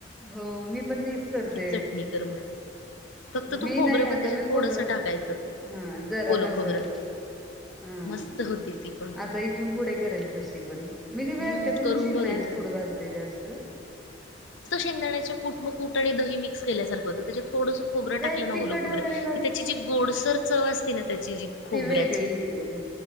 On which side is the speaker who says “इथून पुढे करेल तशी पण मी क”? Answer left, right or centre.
Centre